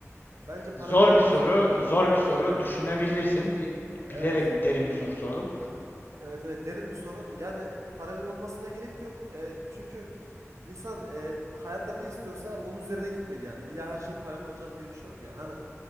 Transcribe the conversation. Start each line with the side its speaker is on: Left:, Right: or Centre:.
Right: bence paralel
Left: Zor
Right: olmak
Left: bir soru,
Right: zorundaydı.
Left: zor bir soru.
Right: Evet.
Left: Düşünebilirsin.
Right: Evet.
Left: Bilerek derin bir soru sordum.
Right: Evet evet derin bir soru. Yani paralel olmasına gerek yok. E, çünkü insan e, hayatta ne istiyorsa onun üzerine gitmeli yani. İlla her şey paralel olacak diye bir şey yok yani. Hani